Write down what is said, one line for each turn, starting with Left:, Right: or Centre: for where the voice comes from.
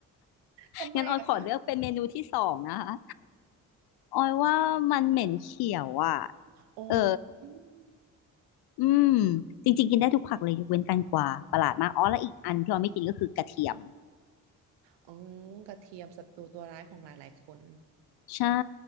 Right: ทำไมอะคะ
Left: งั้นออยขอเลือกเป็นเมนูที่สองนะคะ ออยว่ามันเหม็นเขียวอ่ะ
Right: โอ้
Left: เออ
Right: อืม
Left: อืม จริงๆกินได้ทุกผักเลยยกเว้นแตงกวาประหลาดมาก อ๋อแล้วอีกอันที่ออยไม่กินก็คือกระเทียม
Right: อืมกระเทียมศัตรูตัวร้ายของหลายๆคน
Left: ใช่